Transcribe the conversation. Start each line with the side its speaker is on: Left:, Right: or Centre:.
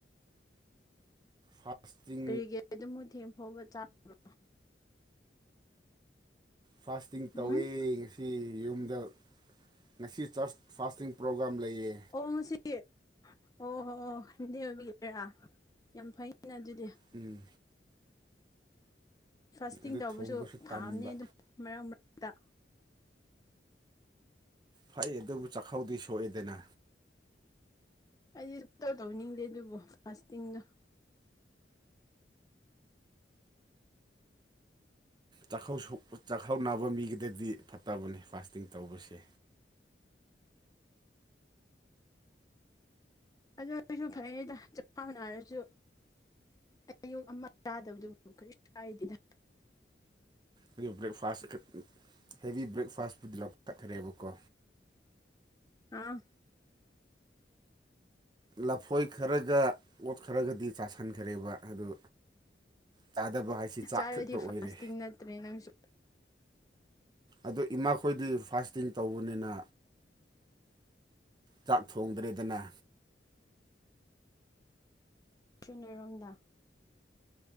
Right: ꯐꯥꯁꯇꯤ
Left: ꯀꯔꯤꯒꯤ ꯑꯗꯨꯝ ꯊꯦꯡ ꯐꯥꯎꯕ ꯆꯥꯕ꯭ꯔꯣ
Right: ꯐꯥꯁꯇꯤꯡ ꯇꯧꯋꯦ
Left: ꯎꯝ
Right: ꯉꯁꯤ ꯌꯨꯝꯗ ꯉꯁꯤ ꯆꯔꯆ ꯐꯥꯁꯇꯤꯡ ꯄ꯭ꯔꯣꯒꯥꯥꯝ ꯂꯩꯌꯦ
Left: ꯑꯣ ꯉꯁꯤ ꯑꯣ ꯍꯣꯏ ꯍꯣꯏ <unintelligible> ꯑꯣꯏꯕꯒꯤꯔꯥ ꯌꯥꯝ ꯐꯩ ꯅ ꯑꯗꯨꯗꯤ
Right: ꯎꯝ
Left: ꯐꯥꯁꯇꯤꯡ
Right: ꯑꯗꯨ
Left: ꯇꯧꯕꯁꯨ
Right: ꯊꯣꯡꯕꯁꯨ
Left: ꯐꯕꯅꯦ
Right: ꯇꯟꯕ
Left: ꯑꯗꯨꯝ ꯃꯔꯛ ꯃꯔꯛꯇ
Right: ꯐꯩ ꯑꯗꯨꯕꯨ ꯆꯥꯛꯈꯥꯎꯗꯤ ꯁꯣꯛꯑꯦꯗꯅ
Left: ꯑꯩꯗꯤ ꯁꯨꯇꯧ ꯇꯧꯅꯤꯡꯗꯦ ꯑꯗꯨꯕꯨ ꯐꯥꯁꯇꯤꯡꯗꯣ
Right: ꯆꯥꯛꯈꯥꯎ ꯁꯣꯛ ꯆꯥꯛꯈꯥꯎꯅꯕ ꯃꯤꯒꯤꯗꯗꯤ ꯐꯠꯇꯕꯅꯤ ꯐꯥꯁꯇꯤꯡ ꯇꯧꯕꯁꯦ
Left: ꯑꯗꯨ ꯑꯣꯏꯔꯁꯨ ꯐꯔꯦꯗ ꯆꯥꯛꯈꯥꯎ ꯅꯥꯔꯁꯨ ꯑꯌꯨꯛ ꯑꯃ ꯆꯥꯗꯕꯗꯨꯕꯨ ꯀꯔꯤ ꯀꯥꯏꯗꯦꯗ
Right: ꯑꯗꯨ ꯕ꯭ꯔꯦꯛꯐꯥꯁ ꯍꯦꯕꯤ ꯕ꯭ꯔꯦꯛ ꯐꯥꯁ ꯄꯨꯗꯤ ꯂꯧ ꯀꯠꯈ꯭ꯔꯦꯕꯀꯣ
Left: ꯑꯥ
Right: ꯂꯐꯣꯏ ꯈꯔꯒ ꯑꯣꯠ ꯈꯔꯒꯗꯤ ꯆꯥꯁꯟꯈ꯭ꯔꯦꯕ ꯑꯗꯨ ꯆꯥꯗꯕ ꯍꯥꯏꯁꯤ ꯆꯥꯛ
Left: ꯆꯥꯔꯗꯤ
Right: ꯈꯛꯇ ꯑꯣꯏꯔꯦ
Left: ꯐꯥꯁꯇꯤꯡ ꯅꯠꯇ꯭ꯔꯦ ꯅꯪꯁꯨ
Right: ꯑꯗꯣ ꯏꯃꯥꯈꯣꯏꯗꯤ ꯐꯥꯁꯇꯤꯡ ꯇꯧꯕꯅꯤꯅ ꯆꯥꯛ ꯊꯣꯡꯗ꯭ꯔꯦꯗꯅ
Left: ꯁꯨꯟꯅꯔꯣꯝꯗ